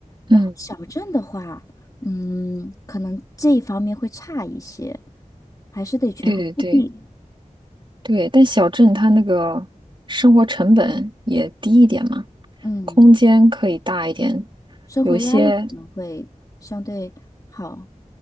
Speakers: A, on the right; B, on the left.
A: 嗯，
B: 然后小镇的话，嗯，可能这一方面会差一些，还是得权衡利弊。
A: 对对对。对，但小镇它那个生活成本也低一点嘛，
B: 嗯，
A: 空间可以大一点。
B: 生活压力可能会相对好，
A: 有些，